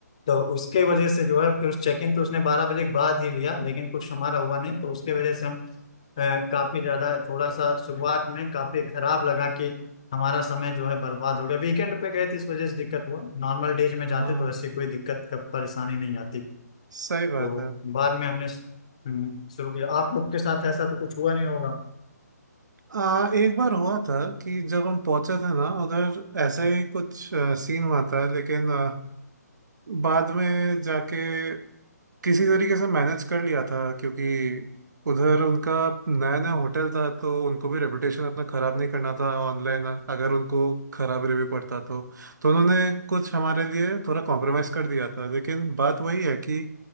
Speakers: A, on the left (about 20°); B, on the right (about 85°).
A: तो उसके वजह से जो है फिर उस चेक इन तो उसने बारह बजे के बाद ही लिया लेकिन कुछ हमारा हुआ नहीं तो उसके वजह से हम अ, काफी ज्यादा थोड़ा सा शुरुआत में काफी खराब लगा कि हमारा समय जो है बर्बाद हो गया वीकेंड पे गए थे इस वजह से दिक्कत हुआ नॉर्मल डेज में जाते
B: हाँ
A: तो ऐसी कोई दिक्कत का परेशानी नहीं आती
B: सही बात
A: तो
B: है
A: बाद में हमने हम्म, शुरू किया आप लोग के साथ ऐसा तो कुछ हुआ नहीं होगा
B: आ, एक बार हुआ था कि जब हम पहुंचे थे ना उधर ऐसा ही कुछ सीन हुआ था लेकिन आ, बाद में जाके किसी तरीके से मैनेज कर लिया था क्योंकि उधर उनका नया नया होटल था तो उनको भी रेपुटेशन अपना खराब नहीं करना था ऑनलाइन अगर उनको खराब रिव्यू पड़ता तो तो उन्होंने कुछ हमारे लिए थोड़ा कॉम्प्रोमाइज़ कर दिया था लेकिन बात वही है कि